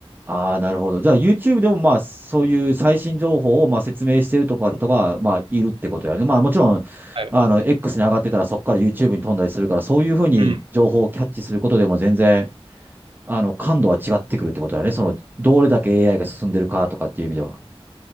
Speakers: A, on the right; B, on the right.
A: ああ、なるほど。じゃあ YouTube でもまあ、そういう最新情報をまあ説明してるとか人がまあいるってことやね。まあもちろん、
B: はい。
A: あの、X に上がってたらそこから YouTube に飛んだりするから、そういうふうに情報をキャッチすることでも全然、
B: うん。
A: あの、感度は違ってくるってことだね。その、どれだけ AI が進んでるかとかっていう意味では。